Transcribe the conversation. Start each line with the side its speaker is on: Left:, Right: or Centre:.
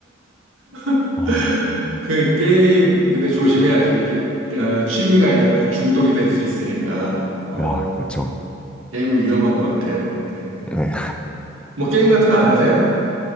Right: <laughs>
Centre: 어,
Right: 그 게임 근데 조심해야죠. 이게 어, 취미가 아니라 중독이 될 수 있으니까 어,
Centre: 아, 그쵸.
Right: 게임은 위험한 것 같아요. 네.
Centre: 네.
Right: 뭐 게임 같은 거 안 하세요?